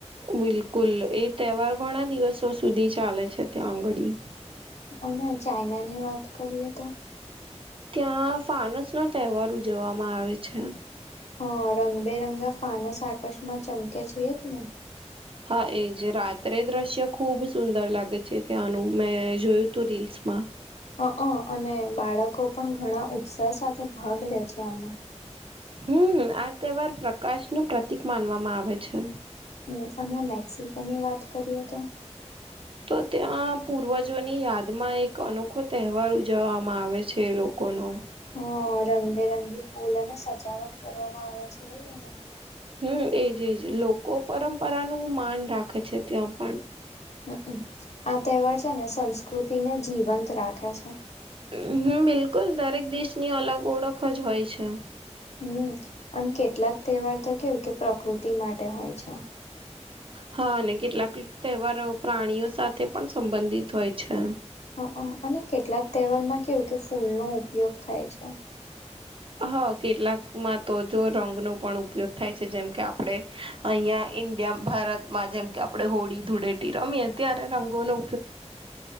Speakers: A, on the right (about 50°); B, on the left (about 65°).
A: બિલકુલ એ તહેવાર ઘણા દિવસો સુધી ચાલે છે ત્યાં આઘડી.
B: અને ચાઈનાની વાત કરીએ તો
A: ત્યાં ફાનસનો તહેવાર ઉજવવામાં આવે છે
B: હા.. રંગબેરંગા ફાનસ આકાશમાં ચમકે છે એજ ને!
A: હા એજ રાત્રે દ્રશ્ય ખુબ સુંદર લાગે છે ત્યાંનુ. મેં જોયું તું રીલ્સમા માં
B: હકન્.. અને બાળકો પણ ઘણા ઉત્સાહ સાથે ભાગ લે છે આમાં
A: હમ આ તહેવાર પ્રકાશનું પ્રતિક માનવામાં આવે છે.
B: હમ અને મેક્સિકોની વાત કરીએ તો
A: તો ત્યાં પૂર્વજોની યાદમાં એક અનોખો તહેવાર ઉજવવામાં આવે છે. એ લોકો્ લોકોનો
B: હ રંગબેરંગી ફૂલ અને સજાવટ કરવામાં આવે છે એજ ને!
A: હમ.. એજ એજ! લોકો પરંપરાનું માન રાખે છે ત્યાં પણ.
B: હમમ.. આ તહેવાર છેને સંસ્કૃતિને જીવંત રાખે છે્
A: હમ બિલકુલ દરેક દેશની અલગ ઓળખ જ હોય છે.
B: હમ અને કેટલાક તહેવાર તો કેવું કે પ્રકૃતિ માટે હોય છે.
A: હા અને કેટલાક તહેવારો પ્રાણીઓ સાથે પણ સંબંધિત હોય છે.
B: હ અને કેટલાક તહેવારમાં કેવું કે ફૂલનો ઉપયોગ થાય છે.
A: હા કેટલાકમાં તો જો રંગનો પણ ઉપયોગ થાય છે. જેમ કે આપણે અહીંયા ઇન્ડ ભારતમાં જેમ કે આપણે હોળી-ધૂળેટી રમીએ ત્યારે રંગો નો